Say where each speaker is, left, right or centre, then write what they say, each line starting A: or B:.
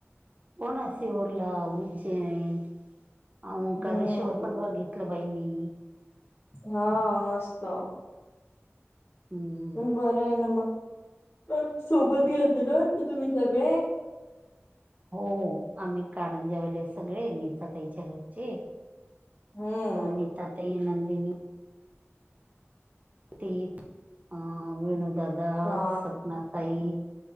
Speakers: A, on the right (about 30°); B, on the left (about 45°).
A: होणा सिवर्ला उज्जैन अं
B: हम्म
A: काशवरर पणवाितत.. क बहिनी
B: हा मस्त
A: हम्.
B: बरं आहे ना मग, मग सोबत गेलते ना वाटते तुम्ही सगळे?
A: हो आम्ही कारंजेवाले सगळे, नीताताईच्या घरचे
B: हम्म
A: अ अनिता ताई, नंदिनी ती अं वेणु दादा,
B: हा
A: सपना ताई